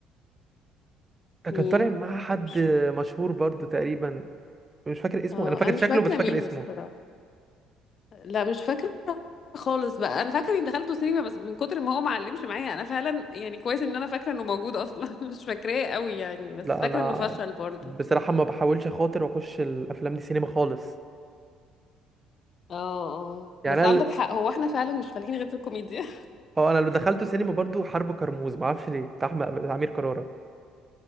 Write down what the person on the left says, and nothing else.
مين
مش فاكرة
اه
انا
مش فاكرة
مين
بصراحة لا مش فاكرة خالص بقى انا فاكرة اني دخلته سينما بس من كتر ما هو ما علمش معايا انا فعلا يعني كويس ان انا فاكرة انه موجود اصلا <laughs> مش فاكراه قوي يعني بس
فاكرة
انه فشل برضو
اه اه
بس
عندك
حق هو احنا فعلا مش فالحين غير في الكوميديا